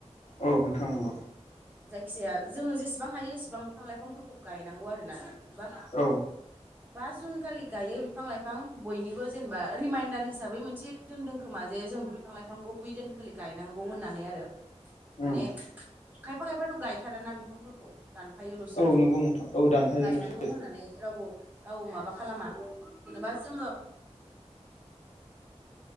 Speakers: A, on the left; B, on the right.
A: औ नोंथां नंगौ
B: जायखिजाया जोङो जेसेबां हायो एसेबां बिफां लाइफांफोरखौ गायनांगौ आरो ना जबा
A: औ
B: बा जुन खालि गायो बिफां लाइफां बयनिबो जेनेबा रिमाइडार हिसाबै मोनसे दोनदों खोमा जे जे जों बिफां लाइफांखौ बै दोनखालि गायनांगौ होननानै आरो
A: उम
B: माने खायफा खायफाथ' गायथारा ना बिफांफोरखौ दान थफायोल'सो
A: औ नंगौ नोंथां औ दानफायोल'सो
B: गायनांगौ होननानै रावबो रावबो माबा खालामा जेनेबा जोंल'